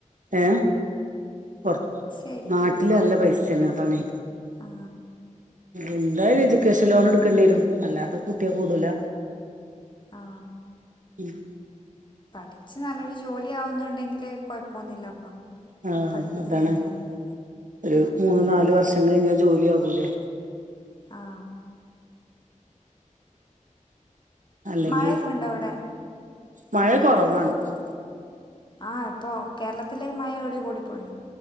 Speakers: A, on the right (about 70°); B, on the left (about 35°).
A: ഏ പുറത്ത്
B: ആയിരിക്കൂലേ
A: നാട്ടില് നല്ല പൈസ ന്നാണ് അതാണേ
B: ആ
A: എന്തായാലും എജ്യൂക്കേഷൻ ലോൺ എടുക്കേണ്ടി വരും അല്ലാതെ കൂട്ടിയ കൂടൂല
B: ആ
A: ഉം
B: പഠിച്ച് നല്ലൊരു ജോലിആവുന്നുണ്ടെങ്കിൽ കൊ ഴപ്പന്നുല്ല അപ്പ
A: ആ
B: പഠിപ്പിക്കുന്നത്
A: അതാണ്
B: തന്നെയല്ലത്
A: ഒരു മൂന്ന് നാലു വർഷം കഴിഞ്ഞാ ജോലിയാകൂല്ലെ
B: ആ
A: അല്ലെങ്കി
B: മഴയൊക്കെ ഉണ്ടോ അവിടെ
A: മഴ കുറവാണ്പ്പൊ
B: ആ ഇപ്പൊ കേരളത്തിലേ മഴ എവിടെയോ ഓടി പോയി